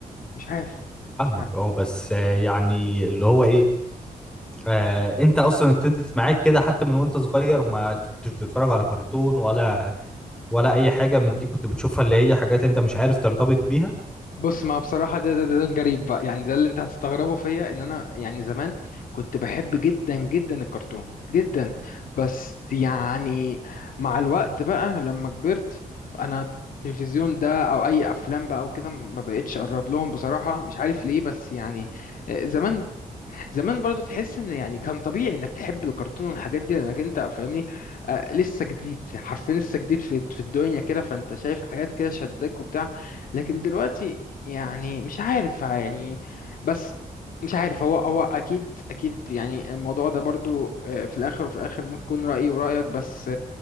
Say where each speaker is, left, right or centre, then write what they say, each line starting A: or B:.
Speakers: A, on the left; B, in the centre.
A: مش عارف
B: فاهمك
A: مش عارف
B: اه بس آه، يعني اللي هو ايه آه انت اصلا ابتدت معاك كده حتى من وانت صغير ما كنتش بتتفرج على كرتون ولا ولا اي حاجة من دي كنت بتشوفها اللي هي حاجات انت مش عارف ترتبط بيها
A: بص ما بصراحه ده ده ده, ده الجريب بقى يعني ده اللي انت هتستغربه فيا ان انا يعني زمان كنت بحب جدا جدا الكرتون جدا بس يعني مع الوقت بقى لما كبرت انا التلفزيون ده او اي افلام بقى او كده ما بقتش اقرب لهم بصراحه مش عارف ليه بس يعني آه، زمان زمان برضو تحس ان يعني كان طبيعي انك تحب الكرتون والحاجات دي لانك انت فاهمني آه لسه جديد حرفيا لسه جديد في في الدنيا كده فانت شايف حاجات كده شدك وبتاع لكن دلوقتي يعني مش عارف يعني بس مش عارف هو هو اكيد اكيد يعني الموضوع ده برضو آه في الاخر وفي الاخر ممكن يكون رأيي ورأيك بس